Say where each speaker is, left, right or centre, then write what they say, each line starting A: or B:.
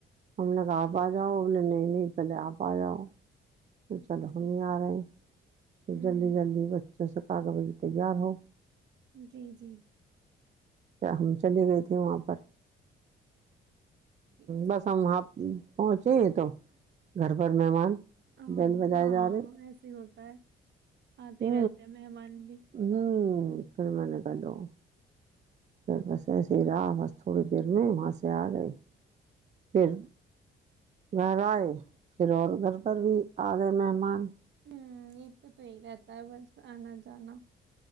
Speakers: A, on the right; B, on the right.
A: ہم لوگ آپ آ جاؤ بولے نہیں نہیں پہلے آپ آ جاؤ
B: اچھا
A: چلو ہم ہی آ رہے ہیں پھر
B: ہوں
A: جلدی جلدی ب جسکا کہ بی تیار ہو
B: جی جی جی
A: کیا ہم چلے گئے تھے وہاں پر ہ
B: جی
A: بس ہم پہنچے یہ تو گھر پر مہمان
B: ہاں
A: بیل بجائے
B: ہاں
A: جا
B: ہاں
A: رہے
B: ایسے ہی ہوتا ہے آتے
A: ہ
B: ہی رہتے ہیں مہمان بھی
A: ہ پھر میں نے کہلوں پھر بس ایسے ہی رہا بس تھوڑی دیر میں وہاں سے آ گئے پھر گھر آئے پھر اور گھر پر بھی آ گئے مہمان
B: ہوں یہ تو تو ہی رہتا ہے بس آنا جانا